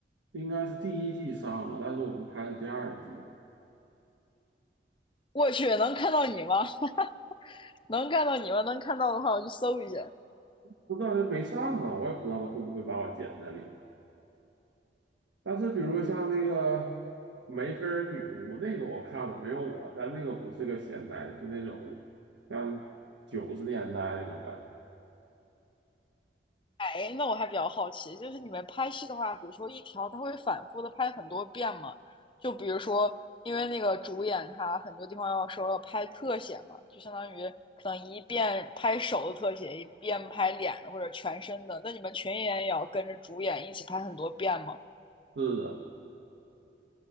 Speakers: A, on the right; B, on the left.
A: 应该是第一季上了，但是我们拍的第二季，
B: 我去，能看到你吗？<laughs> 能看到你吗？能看到的话，我去搜一下。
A: 我感觉没上啊，我也不知道他会不会把我剪在里面。但是比如说像那个梅菲尔女巫那个我看了没有我，但那个不是个现代，是那种像九十年代那种感觉。
B: 哎，那我还比较好奇，就是你们拍戏的话，比如说一条，它会反复的拍很多遍吗？就比如说，因为那个主演他很多地方要说要拍特写嘛，就相当于可能一遍拍手的特写，一遍拍脸的或者全身的。那你们群演也要跟着主演一起拍很多遍吗？
A: 是的，